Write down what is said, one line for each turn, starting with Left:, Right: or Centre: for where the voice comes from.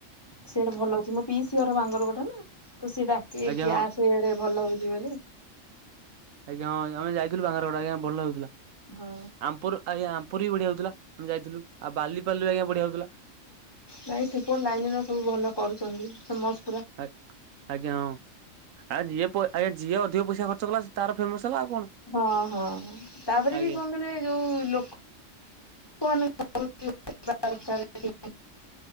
Left: ସିଆଡେ ଭଲ ହଉଛି ମୋ ପିଇସି ଘର ବାଙ୍ଗର ଗୋଟା ନା ତ ସିଏ ଡାକିବେ
Right: ଆଜ୍ଞା
Left: କି
Right: ହଁ।
Left: ଆସେ ଆଡେ ଭଲ ହଉଛି ବୋଲି।
Right: ଆଜ୍ଞା ହଁ ଆମେ ଯାଇଥିଲୁ ବାଙ୍ଗର ଗଡା ଆଜ୍ଞା ଭଲ ଲଗୁଥିଲା
Left: ହଁ
Right: ଆମପୁର ଆଜ୍ଞା ଆ ଉପରେ ବି ବଢିଆ ହଉଥିଲା ଆମେ ଯାଇଥିଲୁ ଆଉ ବାଲିପାଲିରେ ଆଜ୍ଞା ବଢିଆ ହଉଥିଲା।
Left: ନାଇଁ ସେପୋଟ ଲାଇନ ଗୁରା ସବୁ ଭଲ କରୁଛନ୍ତି ସମସ୍
Right: ଆ ଆଜ୍ଞା ହଁ ଆ ଯିଏ ପ ଆଜ୍ଞା ଯିଏ ଅଧିକ ପଇସା ଖର୍ଚ୍ଚକଲା ତାର ଫେମସ ହେଲା ଆଉ କଣ।
Left: ହଁ ହଁ ହଁ ତାପରେ
Right: ଆଜ୍ଞା।
Left: ବି କଣ କହଲେ ଯୋଉ ଲୋକ <inaudible> କରିବା କି